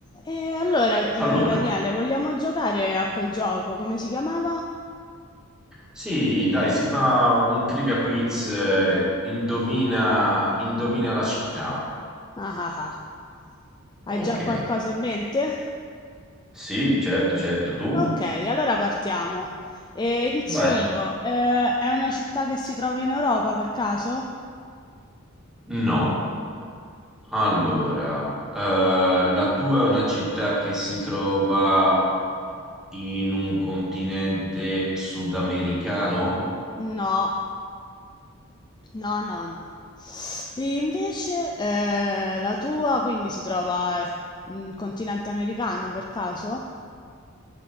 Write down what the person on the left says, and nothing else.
E allora,
eh, Daniele, vogliamo giocare a quel gioco? Come si chiamava?
Ah ah ah. Hai
già qualcosa in mente?
Ok, allora partiamo. E inizio
io. Eh, è una città che si trova in Europa per caso?
Mm,
No, no, no, no. E invece, eh, la tua quindi si trova in continente americano per caso?